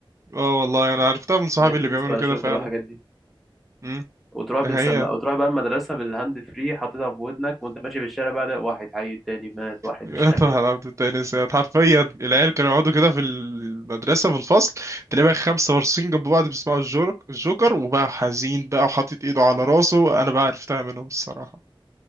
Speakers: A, on the right; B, in the centre.
A: اه والله انا عرفتها من صحابي
B: انك
A: اللي
B: بتسمع
A: بيعملوا
B: الجوكر
A: كده فعلا
B: والحاجات دي
A: امم
B: وتروح
A: ده
B: بالسما
A: هي
B: وتروح بقى المدرسه بالهاند فري حاططها في ودنك وانت ماشي في الشارع بقى ده واحد حي التاني مات واحد
A: <laughs>
B: مش عارف
A: طبعا عبد التاني سيد <laughs> حرفيا العيال كانوا يقعدوا كده في المدرسة في الفصل تلاقي بقى خمسة وارصين جنب بعض بيسمعوا الجورك الجوكر وبقى حزين بقى وحاطط ايده على راسه انا بقى عرفتها منهم الصراحة